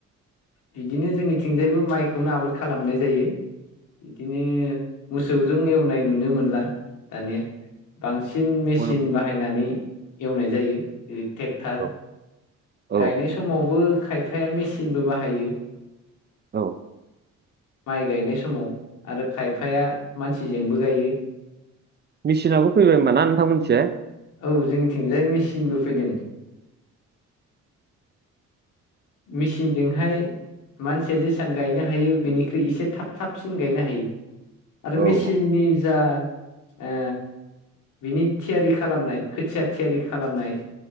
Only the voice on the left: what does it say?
बिदिनो जोंनिथिंजायबो माइखौनो आबाद खालामनाय जायो। इदिनो मोसौजों एवनाय नुनो मोनला दानिया। बां सिन मेसिन
बाहायनानै एवनाय जायो जेरै थेक्टार।
गायनाय समावबो खायफाया मेसिनबो बाहायो।
माइ गायनाय समाव आरो खायफाया मानसिजोंबो गायो।
औ जोंनि थिंजाय मिसिनबो फैदों। मेचिनजोंहाय मानसिया जेसां गायनो हायो बेनिख्रुइ एसे थाब थाबसिन गायनो हायो। आरो
मेसिननि
जा ओ बिनि थियारि खालामनाय खोथिया थियारि खालामनाय